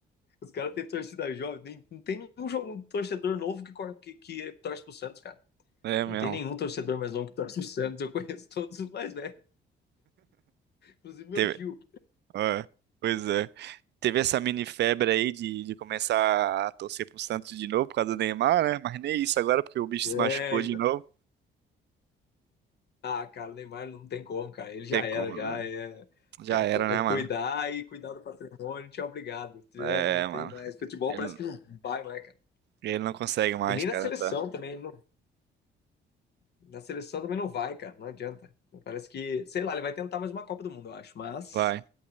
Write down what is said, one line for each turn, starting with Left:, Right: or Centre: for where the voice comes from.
Left: os cara têm torcida jovem. Nem, não tem nenhum jogo, um torcedor novo que, cor- que, que torce pro Santos, cara.
Right: É mesmo.
Left: Não tem nenhum torcedor mais novo que torce pro Santos. Eu conheço todos os mais velhos, inclusive meu
Right: Teve...
Left: tio.
Right: é, Pois é. Teve essa mini febre aí de, de começar a torcer pro Santos de novo por causa do Neymar, né? Mas nem isso agora, porque o bicho
Left: É,
Right: se machucou
Left: então.
Right: de novo.
Left: Ah, cara, o Neymar não tem como, cara. Ele já
Right: Tem
Left: era,
Right: como,
Left: já
Right: né?
Left: é.
Right: Já era, né,
Left: É cuidar
Right: mano?
Left: e cuidar do patrimônio, tchau, obrigado. Tchau,
Right: É,
Left: Não tem
Right: mano.
Left: mais. Futebol
Right: Ele,
Left: parece que não vai mais, cara.
Right: ele não consegue mais,
Left: E nem
Right: cara,
Left: na seleção
Right: tá?
Left: também. Não, na seleção também não vai, cara. Não adianta. Parece que, sei lá, ele vai tentar mais uma Copa do Mundo, eu acho. Mas
Right: Vai.